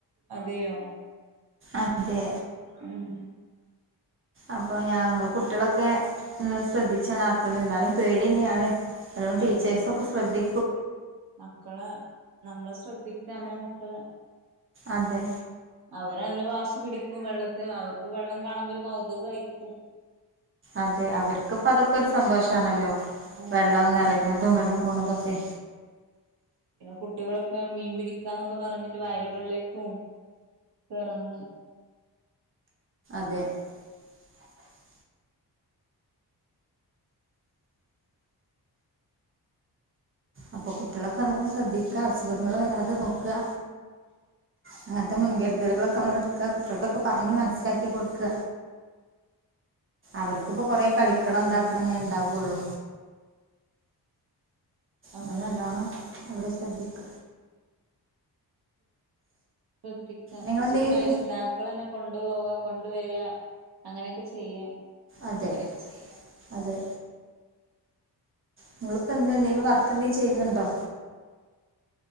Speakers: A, on the right (about 70°); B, on the right (about 30°).
A: അതെയോ
B: അതെ
A: ഉം
B: അപ്പൊ ഞങ്ങള് കുട്ടികളൊക്കെ ശ്രദ്ധിച്ചാണ് ആക്കല് എന്നാലും പേടിന്നെയാണ് അതോണ്ട് ട്ടീച്ചേഴ്സ്
A: അതെ
B: ഒക്കെ ശ്രദ്ധി
A: മക്കളെ നമ്മള് ശ്രദ്ധിക്ക നമ്മളെ മക്കളെ.
B: അതെ
A: അവരെ നല്ലാം വാശി പിടിക്കും വെള്ളത്തി അവർക്ക് വെള്ളം കാണുമ്പോ ഒരു കൗതുകായിരിക്കും
B: അതെ അവർക്കിപ്പ അതൊക്കെ ഒരു സന്തോഷാണല്ലോ
A: അതെ
B: വെള്ളം നിറയുന്നതും വെള്ളം പോണതൊക്കെ
A: കുട്ടികളൊപ്പം മീൻ പിടിക്കാന്നൊക്കെ പറഞ്ഞിട്ട് വയലുകളിലേക്കും എറങ്ങും.
B: <inaudible> അപ്പൊ കുട്ടിയേളൊക്കെ നല്ലോം ശ്രദ്ധിക്കാ അസുഖങ്ങൾ വരാതെ നോക്കാ അങ്ങനത്തെ മുൻകരുതലുകളൊക്കെ
A: അതെ
B: എടുക്ക കുട്ടികോട്ടൊക്കെ പറഞ്ഞ് മനസ്സിലാക്കി
A: അതെ
B: കൊടുക്ക അവർക്കിപ്പൊ കൊറെ കളിക്കണം എന്താക്കണം
A: അതെ
B: എന്നേ ഉണ്ടാവുള്ളൂ
A: അതെ
B: ഞമള് നല്ലോണം അവരെ ക്ക
A: ശ്രദ്ധിക്ക
B: നിങ്ങളെന്തെങ്കിലും
A: രക്ഷിതാക്കൾന്നെ കൊണ്ടു പോവ കൊണ്ടുവരിക അങ്ങനെയൊക്കെ ചെയ്യാം
B: അതെ അതെ നിങ്ങളിപ്പെന്താ എന്താന്തേലും വർക്കെന്തേലും ചെയ്യുന്നുണ്ടോ